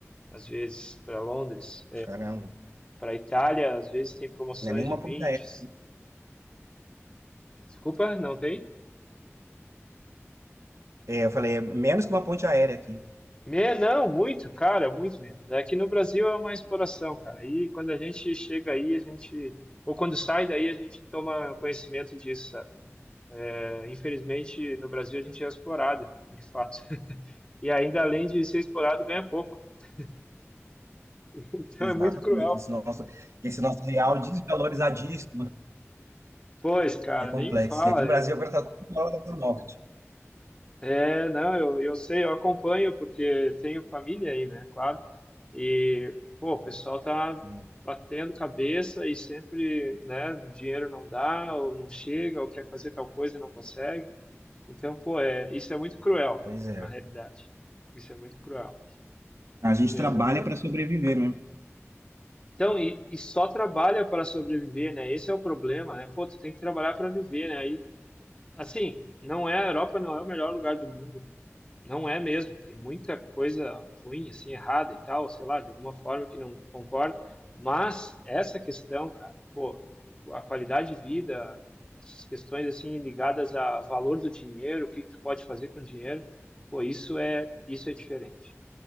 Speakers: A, on the left; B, on the right.
A: às vezes para Londres.
B: caramba,
A: Para Itália, às vezes tem promoções
B: não é nenhuma
A: de vinte
B: ponte aérea.
A: Desculpa, não tem?
B: É, eu falei, é menos que uma ponte aérea aqui.
A: Me- Não, muito, cara, muito menos. Aqui no Brasil é uma exploração, cara. Aí quando a gente chega aí, a gente, ou quando sai daí, a gente toma conhecimento disso, sabe? É, infelizmente, no Brasil a gente é explorado, de fato. <laughs> E ainda além de ser explorado, ganha pouco. <laughs> Então
B: Exatamente,
A: é muito cruel.
B: esse nosso, esse nosso real desvalorizadíssimo.
A: Pois, cara,
B: É complexo.
A: nem fala.
B: E aqui no Brasil agora está tudo na hora da morte.
A: É, não, eu, eu sei, eu acompanho porque tenho família aí, né? Claro. E, pô, o pessoal tá
B: Sim,
A: batendo cabeça e sempre, né, dinheiro não dá, ou não chega, ou quer fazer tal coisa e não consegue. Então, pô, é, isso é muito cruel,
B: pois é.
A: na realidade. Isso é muito cruel,
B: A
A: porque,
B: gente trabalha
A: né?
B: para sobreviver, né?
A: Então, e, e só trabalha para sobreviver, né? Esse é o problema, né? Pô, tu tem que trabalhar para viver, né? Aí, assim, não é, a Europa não é o melhor lugar do mundo. Não é mesmo, tem muita coisa ruim, assim, errada e tal, sei lá, de alguma forma que não concordo, mas essa questão, cara, pô, a qualidade de vida, as questões, assim, ligadas ao valor do dinheiro, o que que tu pode fazer com o dinheiro, pô, isso é, isso é diferente,